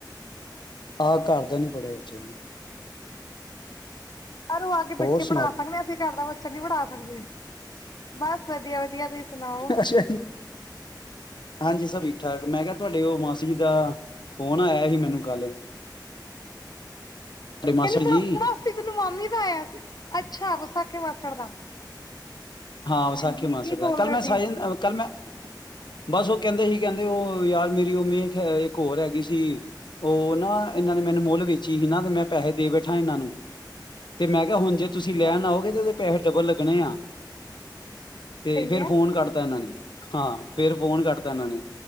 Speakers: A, on the left; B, on the left.
A: ਆਹ ਘਰ ਦਾ ਨੀ ਪੜੇਗਾ <unintelligible>
B: ਬਾਹਰੋ ਆ ਕੇ
A: ਹੋਰ
B: ਬੱਚੇ
A: ਸੁਣਾਓ
B: ਪੜ੍ਹਾ ਸਕਦੇ ਆ ਅਸੀਂ ਘਰ ਦਾ ਬੱਚਾ ਨਹੀਂ ਪੜ੍ਹਾ ਸਕਦੇ। ਬਸ, ਵਧੀਆ-ਵਧੀਆ, ਤੁਸੀਂ ਸੁਣਾਓ?
A: ਅੱਛਾ ਹਾਂਜੀ ਸਭੀ, ਠੀਕ-ਠਾਕ ਮੈਂ ਕਿਹਾ ਤੁਹਾਡੇ ਉਹ ਮਾਸੀ ਜੀ ਦਾ ਫੋਨ ਆਇਆ ਸੀ ਮੈਨੂੰ ਕੱਲ ਤੁਹਾਡੇ
B: ਇਹਨੂੰ
A: ਜੀ
B: ਮਾਸੜ ਮਾਸੀ ਮੈਨੂੰ ਮਾਮੀ ਦਾ ਬਾਇਆ ਸੀ ਅੱਛਾ, ਸਕੇ ਮਾਸੜ ਦਾ
A: ਹਾਂ ਵਿਸਾਖੀ
B: ਹਾਂਜੀ
A: ਮਾਸੜ
B: ਕੀ
A: ਦਾ
B: ਬੋਲ
A: ਕੱਲ
B: ਰਹੇ
A: ਮੈਂ
B: ਸੀ?
A: ਸਾਈ ਕੱਲ ਮੈਂ ਬਸ ਉਹ ਕਹਿੰਦੇ ਸੀ, ਕਹਿੰਦੇ ਉਹ ਯਾਰ ਮੇਰੀ ਉਹ ਮੇਖ ਇੱਕ ਹੋਰ ਹੈਗੀ ਸੀ ਉਹ ਨਾ ਇਹਨਾਂ ਨੇ ਮੈਨੂੰ ਮੁੱਲ ਵੇਚੀ ਸੀ ਨਾ ਤੇ ਮੈਂ ਪੈਸੇ ਦੇ ਬੈਠਾ ਇਹਨਾਂ ਨੂੰ ਤੇ ਮੈਂ ਕਿਹਾ ਹੁਣ ਜੇ
B: ਅੱਛਾ
A: ਤੁਸੀਂ ਲੈਣ ਆਓਗੇ ਤੇ ਉਹਦੇ ਪੈ ਡਬਲ ਲੱਗਣੇ ਆ। ਤੇ
B: ਸਹੀ
A: ਫੇਰ
B: ਹੈ।
A: ਫੋਨ ਕਟਤਾ ਇਹਨਾਂ ਨੇ, ਹਾਂ ਫੇਰ, ਫੋਨ ਕੱਟਤਾ ਇਹਨਾਂ ਨੇ,